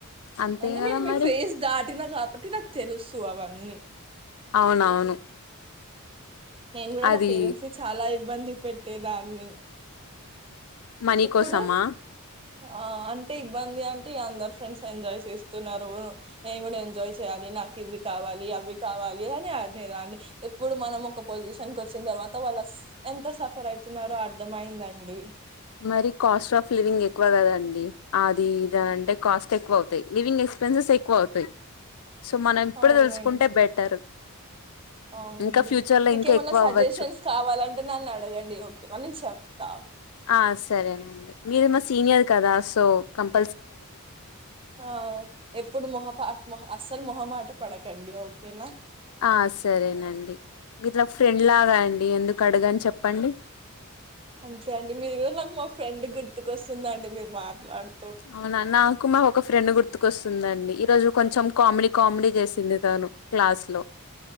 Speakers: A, on the left; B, on the right.
A: అంతే
B: అంటే
A: కదా
B: నేను మీ
A: మరి
B: ఫేస్ దాటినా కా అంటే నాకు తెలుసు అవన్నీ
A: అవునవును
B: నేను కూడా
A: అది
B: మా పేరెంట్స్ ని చాలా ఇబ్బంది పెట్టేదాన్ని
A: మనీ
B: ఇప్పుడు
A: కోసమా
B: ఆ అంటే ఇబ్బంది అంటే అందరు ఫ్రెండ్స్ ఎంజాయ్ చేస్తున్నారు, నేను కూడా ఎంజాయ్ చేయాలి, నాకు ఇవి కావాలి అవి కావాలి అని అడినేదాన్ని ఇప్పుడు మనం ఒక పొజిషన్ కు వచ్చిన తర్వాత వాళ్ళ ఎంత సఫర్ అయితున్నారో అర్థ అయిందండి.
A: మరి కాస్ట్ ఆఫ్ లివింగ్ ఎక్కువ కదండి అదిద అంటే కాస్ట్ ఎక్కువ అవుతాయి లివింగ్ ఎక్స్పెన్సెస్ ఎక్కువ అవుతాయి సో మనం ఇప్పుడు
B: అవునం
A: తెలుసుకుంటే బెటర్
B: అవునండి
A: ఇంకా ఫ్యూచర్ లో
B: మీకేమన్నా
A: ఇంకా ఎక్కువ
B: సజెషన్స్
A: అవ్వచ్చు
B: కావాలంటే నన్ను అడగండి ఓకేనా నేన్ చెప్తా
A: ఆ సరేనండి మీరు మా సీనియర్ కదా సో కంపె
B: ఆ ఎప్పుడు మొహ మొహ అస్సలు మొహమాట పడకండి ఓకేనా
A: ఆ సరేనండి ఇట్లా ఫ్రెండ్లాగా అండి ఎందుకు అడగన్ చెప్పండి
B: అంతే అండి మీరు కూడా నాకు మా ఫ్రెండ్ గుర్తుకొస్తుందండి మీరు మాట్లాడు
A: అవునా నాకు మా మ ఒక ఫ్రెండ్ గుర్తుకొస్తుందండి ఈరోజు కొంచెం కామెడీ కామెడీ చేసింది తను క్లాస్ లో